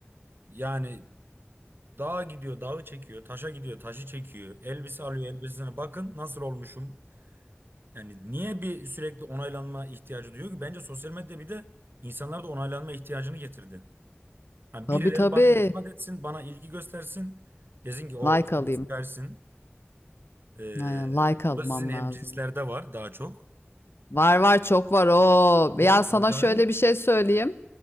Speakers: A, on the right; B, on the left.
A: yani Dağa gidiyor, dağı çekiyor. Taşa gidiyor, taşı çekiyor. Elbise alıyor, elbisesine bakın nasıl olmuşum. Yani niye bir sürekli onaylanma ihtiyacı duyuyor ki? Bence sosyal medya bir de insanlarda onaylanma ihtiyacını getirdi. Yani
B: <laughs> Tabii
A: birileri
B: tabii.
A: bana iltifat etsin, bana ilgi göstersin. Desin ki o
B: Like
A: sen
B: alayım.
A: süpersin. Ee,
B: Aynen like
A: bu
B: almam
A: da sizin hemcinslerde
B: lazım.
A: var daha çok.
B: Var var çok var o.
A: Bu
B: Ya sana
A: acayip
B: şöyle bir şey söyleyeyim.